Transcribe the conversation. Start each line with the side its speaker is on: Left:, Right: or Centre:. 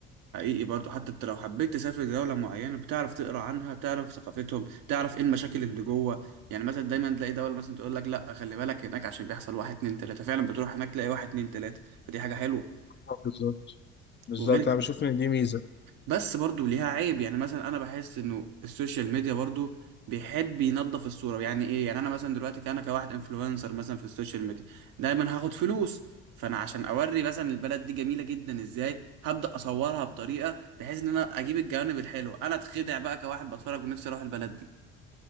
Right: حقيقي برضو حتى انت لو حبيت تسافر دولة معينة بتعرف تقرا عنها تعرف ثقافتهم تعرف ايه المشاكل اللي جوه يعني مثلا دايما تلاقي دولة مثلا تقول لك لا خلي بالك هناك عشان بيحصل واحد اتنين تلاتة فعلا بتروح هناك تلاقي واحد اتنين تلاتة فدي حاجة حلوة
Left: آه، بالظبط بالظبط
Right: وغير
Left: انا بشوف ان دي ميزة
Right: بس برضو ليها عيب يعني مثلا انا بحس انه السوشيال ميديا برضو بيحب ينظف الصورة يعني ايه يعني انا مثلا دلوقتي كأنا كواحد انفلونسر مثلا في السوشيال ميديا دايما هاخد فلوس فانا عشان اوري مثلا البلد دي جميلة جدا ازاي هبدأ اصورها بطريقة بحيث ان انا اجيب الجوانب الحلوة انا اتخدع بقى كواحد بتفرج ونفسي اروح البلد دي